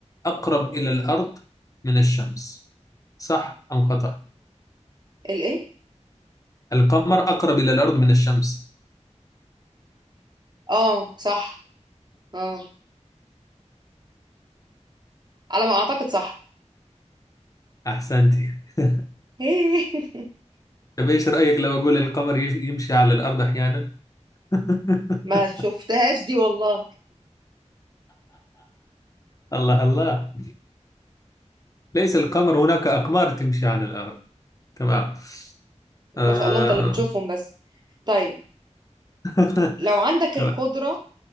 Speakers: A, on the left (about 30°); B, on the right (about 35°).
A: أقرب إلى الأرض من الشمس صح أم خطأ
B: الإيه؟
A: القمر أقرب إلى الأرض من الشمس
B: آه صح آه على ما أعتقد صح
A: أحسنت <laughs>
B: <laughs>
A: طب إيش رأيك لو أقول القمر يش- يمشي على الأرض أحيانا <laughs>
B: ما شفتهاش دي والله
A: الله الله ليس القمر هناك أقمار تمشي على الأرض تمام آه.
B: ما شاء الله انت اللي بتشوفهم بس طيب
A: <laughs>
B: لو عندك
A: تمام
B: القدرة